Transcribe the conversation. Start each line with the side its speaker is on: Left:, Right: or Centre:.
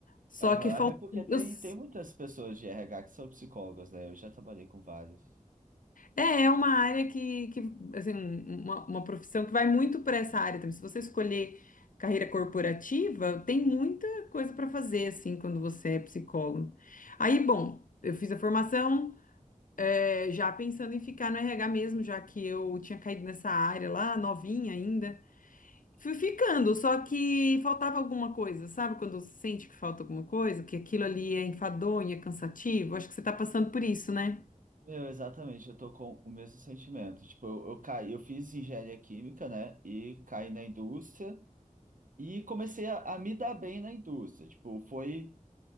Left: Só
Right: Aham,
Left: que falta,
Right: Até porque tem,
Left: eu s-
Right: tem muitas pessoas de RH que são psicólogas, né? Eu já trabalhei com vários.
Left: é, é uma área que, que assim, um- uma, uma profissão que vai muito para essa área também. Se você escolher carreira corporativa, tem muita coisa para fazer assim quando você é psicólogo. Aí, bom, eu fiz a formação, é, já pensando em ficar no RH mesmo, já que eu tinha caído nessa área lá, novinha ainda. Fui ficando, só que faltava alguma coisa, sabe? Quando você sente que falta alguma coisa, que aquilo ali é enfadonho, é cansativo. Acho que você está passando por isso, né?
Right: Meu, exatamente, eu tô com o mesmo sentimento. Tipo, eu, eu caí, eu fiz engenharia química, né? E caí na indústria. E comecei a, a me dar bem na indústria. Tipo, foi.